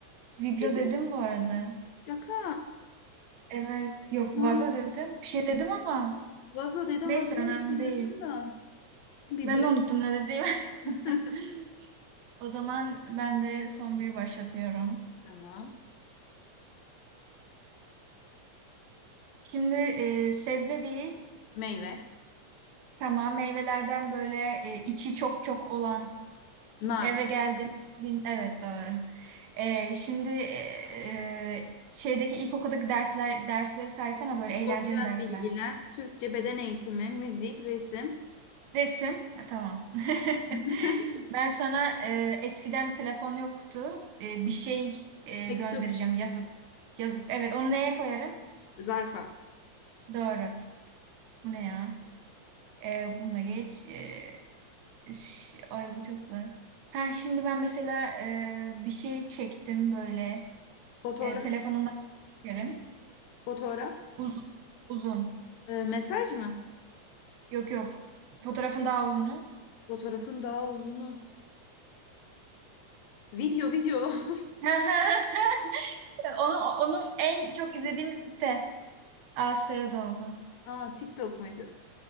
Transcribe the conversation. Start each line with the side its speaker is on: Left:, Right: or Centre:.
Right: Biblo
Left: Dedim.
Right: dedim bu arada.
Left: Şaka.
Right: Evet, yok
Left: Ha,
Right: vazo dedim. Bir şey dedim ama
Left: Vazo dedim
Right: neyse
Left: vazoyu
Right: önemli
Left: hatırladım
Right: değil.
Left: da. Bibloyu.
Right: Ben de unuttum ne dediğimi.
Left: <laughs>
Right: <laughs> O zaman ben de son bir başlatıyorum.
Left: Tamam.
Right: Şimdi e, sebze değil,
Left: Meyve.
Right: tamam meyvelerden böyle e, içi çok çok olan
Left: Nar.
Right: eve geldim. Bin, evet doğru. E, şimdi e, e, şeydeki ilkokuldaki dersler dersleri saysana böyle eğlenceli
Left: Sosyal
Right: dersler.
Left: bilgiler. Türkçe beden eğitimi. Müzik. Resim.
Right: Resim, ha, tamam. <laughs>
Left: <laughs>
Right: Ben sana e, eskiden telefon yoktu. E, bir şey e,
Left: Mektup.
Right: göndereceğim yazıp yazıp. Evet onu neye koyarım?
Left: Zarfa.
Right: Doğru. Bu ne ya? Ee, bunu da geç. Ee, ş- ay bu çok zor. Ha şimdi ben mesela e, bir şey çektim böyle.
Left: Fotoğraf.
Right: E, telefonumdan çekerim.
Left: Fotoğraf.
Right: Uzun. Uzun.
Left: Ee, mesaj mı?
Right: Yok yok. Fotoğrafın daha uzunu.
Left: Fotoğrafın daha uzunu. Video video.
Right: <laughs> Onu, onu en çok izlediğimiz site. Aa, sırada oldu.
Left: <laughs> Aa TikTok muydu?